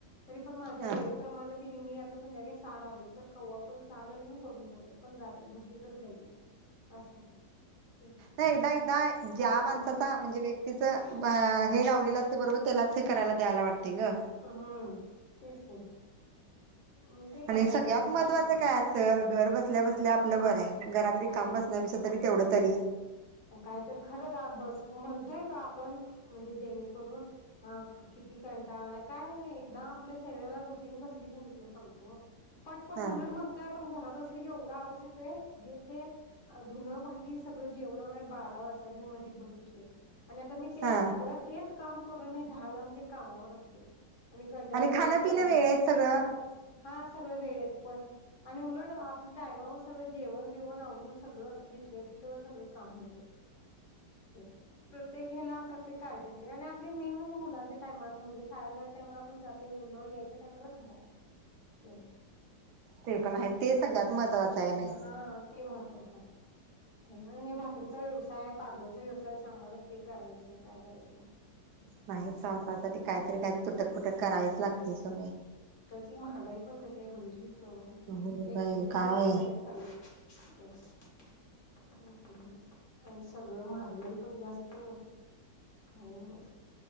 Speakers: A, on the left; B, on the right.
A: तरी पण माझ्या
B: हा
A: वेळेेत किनी मी आता संध्याकाळी सहाला आलो तर कव्हा पण सहाला येऊन करून जात्यात पण जात्यात दुसरीकड जाईत नाहीत. असं आहे ते
B: नाही ताई ताय ज्या
A: हम्म
B: माणसाचा म्हणजे व्यक्तीच ब हे गावलेलं अस बरोबर त्यालाच हे करायला द्यायला वाटते ग
A: हूं तेच की मग ते
B: आणि
A: भराय
B: सगळ्यात
A: माझ्या
B: महत्त्वाचं
A: झालं.
B: काय असल घर बसल्या
A: हम्म
B: बसल्या आपलं बरं आहे घरातली रिकाम
A: हो
B: बसण्यापेक्षा
A: ना
B: तरी तेवढं तरी <unintelligible>
A: काय तर खरं बस म्हण नाही का आपण म्हणजे जेणेकरून हा किती कंटाळा आलाय काय नाही एकदा आपल्या शरीराला रुटीन बसली की नाही तुला सांगतो पटपट
B: हा
A: उलट म्हणतोय आपण घरातच एवढा आळस येतोय की ते धुन भांडी सगळ जेवण बारा वाजतात मी मधी बघितलेय आणि आता मी ते
B: हा
A: सगळं तेच काम करून मी दहाला म्हणजे कामावर असते मी कंटाळणे
B: खाणं
A: आणि ते
B: पिणं
A: झाला
B: वेळेत सगळं
A: हा सगळ वेळेत पण आणी उलट आपण टायमावर सगळ जेवण बिवन आवरून सगळं जिथल्या तिथं सगळ काम होत तेन प्र प्रत्येक ह्याला प्रत्येक काळजी असते तेन आपले मेन म्हणजे मुलांच्या टायम मु शाळे टायम आपण जाते मुलं यायच्या टायमाला घरात तेन
B: ते पण आहे ते सगळ्यात
A: हा
B: महत्त्वाचं आहे बाई
A: ते महत्वाच आहे भाकरी चा व्यवसाय पारलरचा व्यवसाय सांभाळत ते करायचं काय करायचं म
B: नाही संसारसाठी काहीतरी काहीतरी तुटक पुुटक करावीच लागते सगळे
A: ची महागई पण कशी आहे बघितलीस हो
B: हो
A: एकट्याच्या
B: बाई काय
A: हच्यावर नाही चालत <inaudible> आणि सगळं महागलय पण जास्त काय न